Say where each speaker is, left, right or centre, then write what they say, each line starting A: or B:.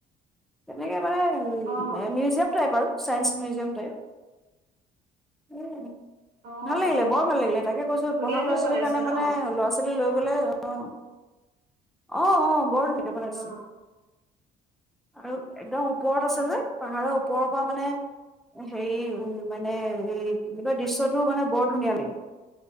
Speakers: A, in the centre; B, on the right.
A: সেনেকে মানে উ
B: অ
A: মিউজিয়াম টাইপ আৰু চাইন্স মিউজিয়াম টাইপ উম
B: অ
A: ভাল লাগিলে
B: অ
A: বৰ ভাল লাগিলে তাকে কৈছো
B: ধুনীয়াকে
A: পঢ়া ল'ৰা ছোৱালীৰ
B: বনাইছে
A: কাৰণে
B: ন
A: মানে ল'ৰা ছোৱালী লৈ গলে অ অ অ বৰ নে বনাইছে
B: অ
A: আৰু একদম ওপৰত আছে
B: অ
A: যে পাহাৰৰ ওপৰত মানে হেৰি উম মানে এই কি বোলে দৃশ্যটো মানে বৰ ধুনীয়া লাগে